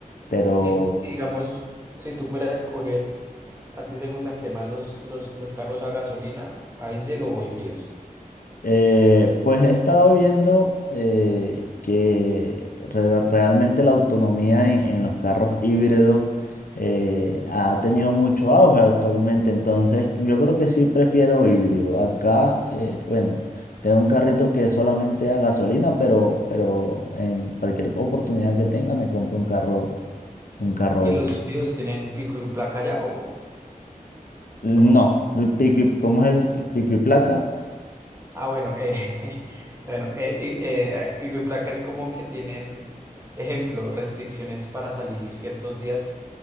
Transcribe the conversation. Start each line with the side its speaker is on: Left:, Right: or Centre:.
Left: Pero,
Right: Y y digamos, si tú pudieras escoger, ¿a ti te gustan que más los, los, los carros a gasolina, ahí se o híbridos?
Left: Eh, pues he estado viendo eh, que re- realmente la autonomía en, en los carros híbridos eh, ha tenido mucho auge actualmente, entonces yo creo que sí prefiero híbrido. Acá, eh, bueno, tengo un carrito que es solamente a gasolina, pero, pero en cualquier oportunidad que tenga me compro un carro, un carro
Right: ¿Y los
Left: híbrido.
Right: sirios tienen pico y placa ya o,
Left: No,
Right: o no?
Left: el pico y, ¿cómo es el pico y placa?
Right: Ah, bueno, eh, <laughs> bueno, eh, y- eh, pico y placa es como que tienen, ejemplo, restricciones para salir ciertos días.